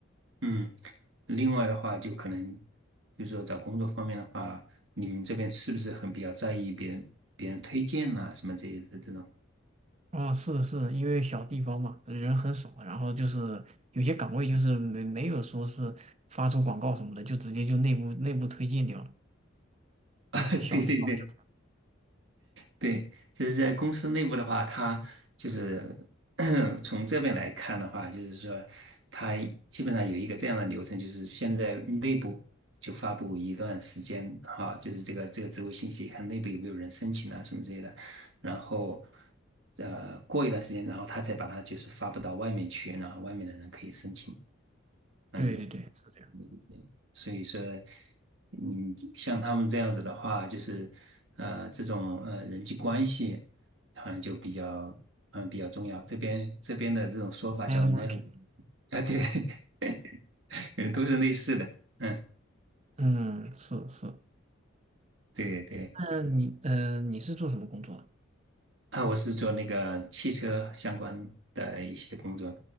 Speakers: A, on the right (about 65°); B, on the right (about 35°).
A: 嗯，另外的话，就可能就是说找工作方面的话，你们这边是不是很比较在意别人别人推荐啊什么这些的这种？
B: 啊，是是，因为小地方嘛，人很少，然后就是有些岗位就是没没有说是发出广告什么的，就直接就内部内部推荐掉了。因为小地方就
A: <laughs> 对对对，对，就是在公司内部的话，他就是 <clears throat> 从这边来看的话，就是说，他基本上有一个这样的流程，就是现在内部就发布一段时间哈、就是这个这个职位信息，看内部有没有人申请啊什么之类的，然后呃过一段时间，然后他再把它就是发布到外面去，然后外面的人可以申请。啊，
B: 对对对，
A: 有
B: 是这样
A: 是这样所以说，嗯，像他们这样子的话，就是呃，这种呃人际关系好像就比较嗯比较重要。这边这边的这种说法叫
B: ，networking，
A: network <laughs> 啊，对，<laughs> 嗯，都是类似的。嗯，
B: 嗯，是是。
A: 对对。
B: 那你呃，你是做什么工作的？
A: 啊，我是做那个汽车相关的一些工作，